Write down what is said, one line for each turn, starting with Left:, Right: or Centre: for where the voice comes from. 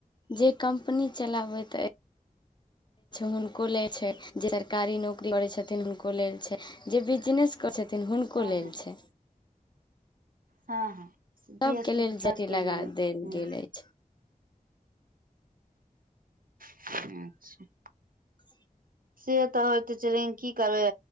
Left: जे कम्पनी चलाबैत अछि हुनको लेल छै जे सरकारी नौकरी करैत छथिन हुनको लेल छै जे बिजनेस करै छथिन हुनको
Right: हँ
Left: लेल
Right: हँ
Left: छै
Right: हँ हँ जी
Left: सभके
Right: एस
Left: लेल
Right: टी त
Left: जटी
Right: सब
Left: लगा
Right: कऽ लेल
Left: देल
Right: ह।
Left: गेल अछि
Right: <unintelligible>
Left: <unintelligible>
Right: से तऽ होयत छै लेकिन की करबै।